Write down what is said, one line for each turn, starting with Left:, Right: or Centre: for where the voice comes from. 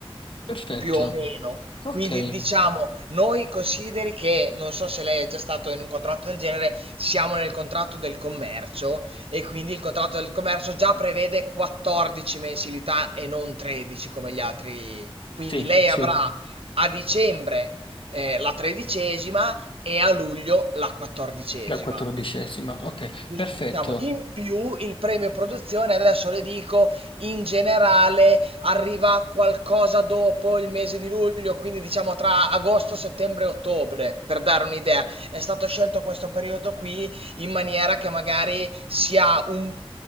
Left: Perfetto,
Right: Più o meno.
Left: ok,
Right: Quindi diciamo, noi consideri che, non so se lei è già stato in un contratto del genere, siamo nel contratto del commercio e quindi il contratto del commercio già prevede 14 mensilità e non 13 come gli altri. Quindi
Left: sì,
Right: lei
Left: sì.
Right: avrà a dicembre eh, la tredicesima e a luglio la quattordicesima.
Left: La quattordicesima, ok,
Right: Quindi
Left: perfetto,
Right: diciamo in più il premio produzione, adesso le dico in generale arriva qualcosa dopo il mese di luglio, quindi diciamo tra agosto, settembre e ottobre, per dare un'idea. È stato scelto questo periodo qui in maniera che magari sia un-